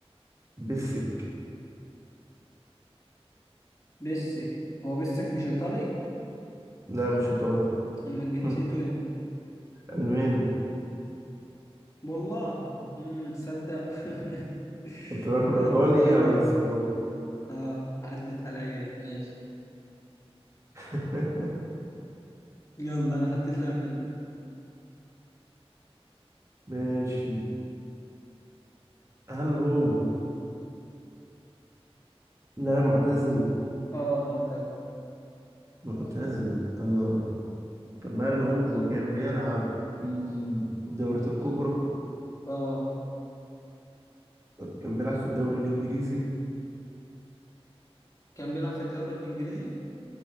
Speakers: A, on the right; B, on the left.
A: بسك
B: بيسك هو بيسك مش إيطالي
A: لا مش ايطالي
B: أمال جنسيته
A: <laughs>
B: إيه
A: الماني
B: والله امم تصدق <laughs>
A: كنت باكل
B: عدت
A: ايطالي
B: علي
A: على السنون
B: اه عدت عليا دي ماشي
A: <laughs>
B: يلا انا حطيت لاعب في دماغي
A: ماشي هل هو لا معتزل
B: اه معتز
A: معتزل اه طب هل هو كان بيلعب في الدوريات الكبرى
B: اه
A: طب كان بيلعب في الدوري الانجليزي
B: كان بيلعب في الدوري الانجليزي